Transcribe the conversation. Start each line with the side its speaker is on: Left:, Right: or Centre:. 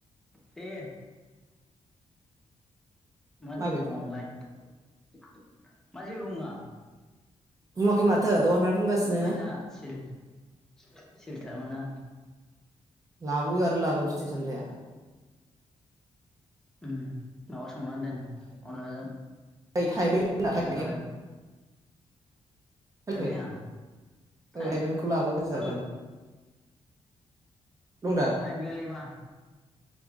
Centre: दे। मा
Right: माबे
Centre: जेबो बुङा नोंलाय। मा जेबो बुङा।
Right: बुङाखै माथो। दहायनिफ्राय बुंगासिनो
Centre: बुंबाय था सिरि। सिरि थानो मोना।
Right: लाबो आरो लाबो। थाइ-सामथाइया
Centre: ओम। माबा संनानै दोन अनलाजों
Right: ओइ थाइबें होनना
Centre: अनलाजों
Right: थाइबें
Centre: दाउजों
Right: फैखो
Centre: थाइबेङा थाय
Right: ओ थाइबेंखौ लाबोखो जागोन
Centre: ओ।
Right: दं दा
Centre: थाइबेङालाय मा।